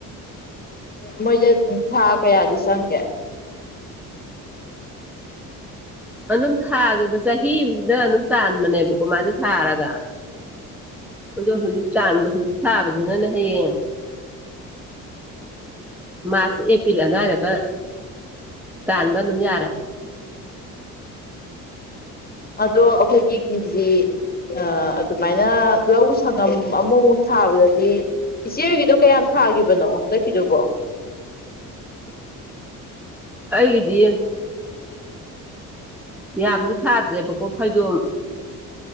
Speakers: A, on the left; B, in the centre.
A: ꯃꯣꯏꯁꯦ ꯊꯥ ꯀꯌꯥꯗꯤ ꯆꯪꯒꯦ
B: ꯑꯗꯨꯝ ꯊꯥꯒꯤꯕ ꯆꯍꯤ ꯑꯃꯗ ꯑꯗꯨꯝ ꯇꯥꯟꯕꯅꯦꯕꯀꯣ ꯃꯥꯗꯤ ꯊꯥꯔꯒ ꯑꯗꯣ ꯍꯧꯖꯤꯛ ꯇꯥꯟꯕꯗꯨꯗꯤ ꯊꯥꯕꯗꯨꯅꯅꯦ ꯍꯌꯦꯡ ꯃꯥꯔꯁ ꯑꯦꯄꯤꯜ ꯑꯗꯨꯥꯏꯗꯒ ꯇꯥꯟꯕ ꯑꯗꯨꯝ ꯌꯥꯔꯦ
A: ꯑꯗꯣ ꯑꯩꯈꯣꯏꯒꯤ ꯀꯦꯖꯤ ꯑ ꯑꯗꯨꯃꯥꯏꯅ ꯂꯧ ꯁꯪꯉꯝ ꯑꯃꯃꯨꯛ ꯊꯥꯕꯗꯗꯤ ꯏꯆꯦ ꯍꯣꯏꯒꯤꯗꯣ ꯀꯌꯥꯝ ꯊꯥꯒꯤꯕꯅꯣ ꯍꯟꯗꯛꯀꯤꯗꯨꯕꯣ
B: ꯑꯩꯒꯤꯗꯤ ꯌꯥꯝꯗꯤ ꯊꯥꯗ꯭ꯔꯦꯕꯀꯣ ꯐꯩꯗꯣꯝ